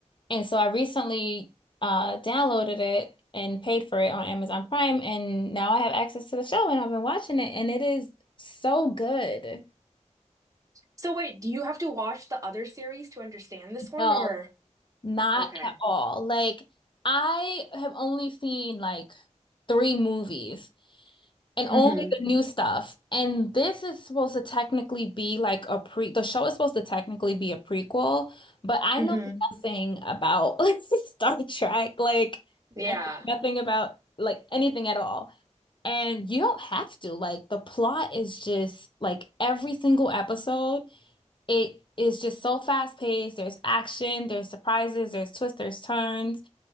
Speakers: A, on the left; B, on the right.
A: And so I recently uh, downloaded it and paid for it on Amazon Prime, and now I have access to the show, and I've been watching it, and it is so good.
B: So wait, do you have to watch the other series to understand this one
A: No,
B: or?
A: not
B: Okay.
A: at all. Like, I have only seen like three movies And only
B: Mm-hmm.
A: the new stuff. And this is supposed to technically be like a pre, the show is supposed to technically be a prequel, but I
B: Mm-hmm.
A: know nothing about <laughs> Star Trek. Like,
B: Yeah.
A: I know nothing about like anything at all. And you don't have to. Like, the plot is just like every single episode, it is just so fast paced. There's action, there's surprises, there's twists, there's turns.